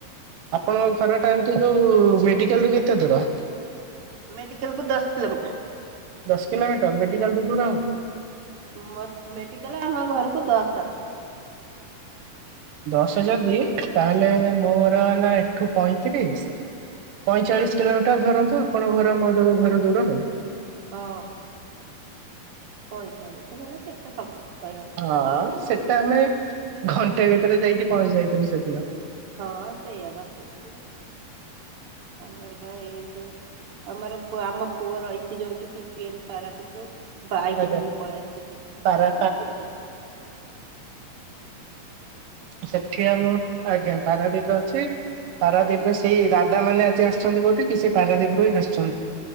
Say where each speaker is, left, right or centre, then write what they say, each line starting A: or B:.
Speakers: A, on the right; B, on the right.
A: ଆପଣଙ୍କ ଘରଟା ଏମତି ଯୋଉ ମେଡିକାଲ ରୁ କେତେ ଦୂର?
B: ମେଡିକାଲକୁ ଦଶ କିଲୋମିଟର।
A: ଦଶ କିଲୋମିଟର, ମେଡିକାଲ ରୁ ଦୂର ଆହୁରି।
B: ମ ମେଡିକାଲ ଆମ ଘରକୁ ଦସ।
A: ଦଶ ଯଦି ତାହେଲେ ମୋର ହେଲା ଏଠୁ ପଇଁତିରିଶ ପଇଁଚାଳିଶ କିଲୋମିଟର ଧରନ୍ତୁ ଆପଣଙ୍କ ଘର <unintelligible> ଘର ଦୂର ଆଉ।
B: ହଁ ପଇଁଚାଳିଶି ମାନେ କେତେ ସମୟ? କହିବାକୁ ଗଲେ
A: ହଁ ସେଟା ଆମେ ଘଣ୍ଟେ ଭିତରେ ଯାଇକି ପହଞ୍ଚି ଯାଇଥିଲୁ ସେଦିନ।
B: ହଁ ସେଇଆ ବା କହୁଛି ଆମର ବା ଏଇ ଯୋଉ ଆମର ଆମ ପୁଅ ରହିଛି ଯୋଉଠି ପି ପି ଏଲ ପାରାଦୀପରୁ ବାଇକ
A: ଆଜ୍ଞା
B: ଧରିିକି ପଳେଇ ଆସୁଛି
A: ପାରା
B: <unintelligible>
A: ସେଠିଆ ମୁଁ ଆଜ୍ଞା ପାରାଦୀରେ ଅଛି। ପାରାଦୀପରେ ସେଇ ଦାଦା ମାନେ ଆଜି ଆସୁଛନ୍ତି, କୋଉଠି କି ସେଇ ପାରାଦ୍ୱୀପରୁ ହିଁ ଆସୁଛନ୍ତି।